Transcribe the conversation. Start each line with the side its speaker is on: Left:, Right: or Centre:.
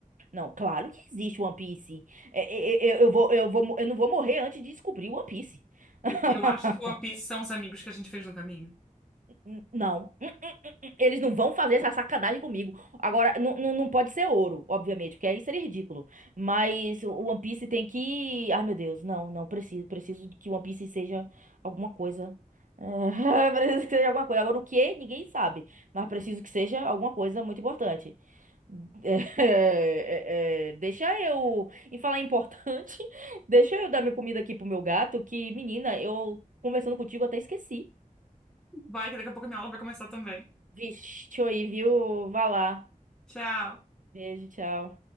Right: Não, claro que existe One Piece. É, é, é, Eu, eu, vou, eu vou, mo- eu não vou morrer antes de descobrir One Piece. <laughs>
Centre: Eu acho que One Piece são os amigos que a gente fez no caminho.
Right: N- Não. Hum, hum, Eles não vão fazer essa sacanagem comigo. Agora, não, não, não pode ser ouro, obviamente, porque aí seria ridículo. Mas o One Piece tem que. Ai, meu Deus, não, não preciso. Preciso que o One Piece seja alguma coisa. É, <laughs> preciso que seja alguma coisa. Agora, o que? Ninguém sabe. Mas preciso que seja alguma coisa muito importante. É, é, é, deixa eu. E falar importante, <laughs> deixa eu dar minha comida aqui pro meu gato, que, menina, eu conversando contigo até esqueci.
Centre: Vai, que daqui a pouco minha aula vai começar também.
Right: Vixe, aí, viu? Vá lá.
Centre: Tchau.
Right: Beijo, tchau.